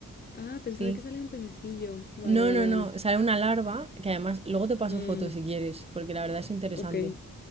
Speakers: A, on the left; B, on the right.
A: Ah, pensaba
B: sí.
A: que salía un pececillo. Vale,
B: No,
A: vale,
B: no,
A: vale.
B: no, sale una larva que además luego te paso
A: Mm,
B: fotos si quieres, porque la verdad es interesante.
A: ok,